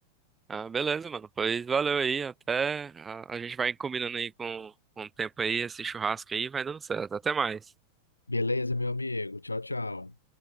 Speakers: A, on the right (about 15°); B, on the left (about 85°).
A: Ah, beleza, mano. Pois valeu aí. Até a, a gente vai combinando aí com, com o tempo aí, esse churrasco aí, vai dando certo. Até mais.
B: Beleza, meu amigo. Tchau, tchau.